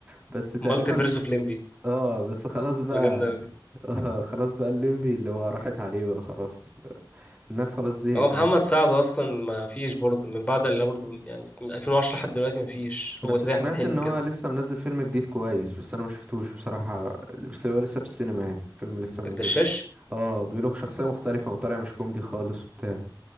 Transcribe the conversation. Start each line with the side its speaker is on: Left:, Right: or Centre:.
Right: بس تقريبا
Left: مالتي فيرس اوف لمبي
Right: اه بس خلاص بقى
Left: ما جامدة أوي
Right: آه خلاص بقى الليمبي اللي هو راحت عليه بقى خلاص الناس خلاص زهقت
Left: هو محمد سعد اصلا ما فيش برضه من بعد اللي برضه يعني من 2010 لحد دلوقتي ما فيش
Right: بس
Left: هو زي
Right: سمعت
Left: احمد حلمي
Right: ان هو
Left: كده
Right: لسه منزل فيلم جديد كويس بس انا ما شفتوش بصراحة بس هو لسه في السينما يعني فيلم لسه منزله
Left: الدشاش
Right: اه بيقولوا شخصية مختلفة وطالع مش كوميدي خالص وبتاع